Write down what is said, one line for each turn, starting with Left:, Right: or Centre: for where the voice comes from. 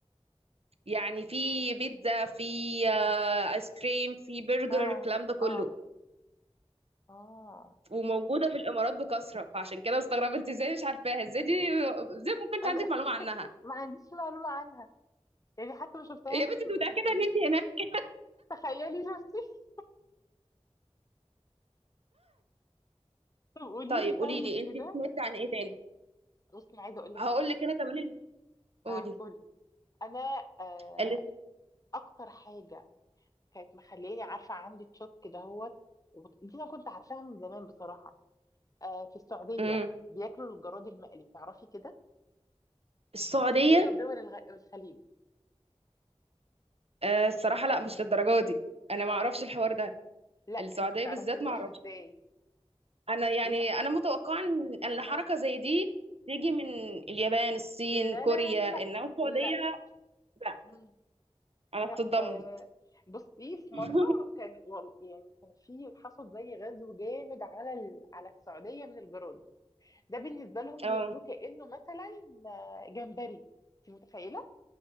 Right: يعني في بيتزا في آه، ايس كريم في برجر
Left: اه
Right: الكلام ده كله
Left: اه اه
Right: وموجودة في الامارات بكثرة فعشان كده مستغربة انت ازاي مش عارفاها ازاي دي ازاي ما كانش
Left: انا
Right: عندك
Left: <laughs>
Right: معلومة عنها
Left: ما عنديش معلومة عنها يعني حتى ما شفتهاش
Right: يا بنتي انت متأكدة
Left: في ال-
Right: ان انت هناك
Left: تخيلي شفتي <laughs> طب قولي
Right: طيب
Left: لي طيب
Right: قولي لي انت
Left: كده
Right: سمعتي عن ايه تاني
Left: بصي انا عايزه اقول لك
Right: هقول
Left: على حاجه
Right: لك انا كمان ال- قولي
Left: اه قولي انا آه
Right: ال-
Left: اكتر حاجه كانت مخلياني عارفه عندي تشوك دهوت وبت- دي انا كنت عارفاها من زمان بصراحه آه في السعوديه
Right: امم
Left: بياكلوا الجراد المقلي تعرفي كده
Right: السعودية
Left: في السعوديه ودول الغ... الخليج
Right: آه الصراحة لا مش للدرجة دي انا ما
Left: اه
Right: اعرفش الحوار ده
Left: لا انت
Right: السعودية
Left: ما تعرفوش
Right: بالذات ما اعرفش
Left: ازاي
Right: انا يعني
Left: لا
Right: انا متوقعة ان ان حركة
Left: اه
Right: زي دي تيجي من اليابان الصين
Left: لا
Right: كوريا
Left: لا لا لا
Right: انما السعودية
Left: لا,
Right: لا
Left: لا.
Right: انا
Left: لا
Right: اتصدمت
Left: آه بصي في
Right: <laughs>
Left: مرة كان وال- يعني كان في حصل زي غزو جامد على ال... على السعودية من الجراد ده بالنسبة لهم
Right: اه
Left: بياكلوه كأنه مثلا آه، جمبري انت متخيلة